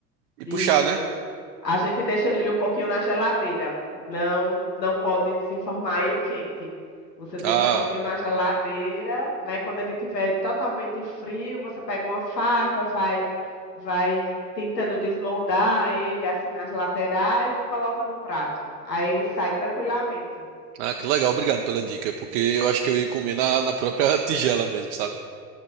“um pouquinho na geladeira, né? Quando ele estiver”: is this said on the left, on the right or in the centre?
Left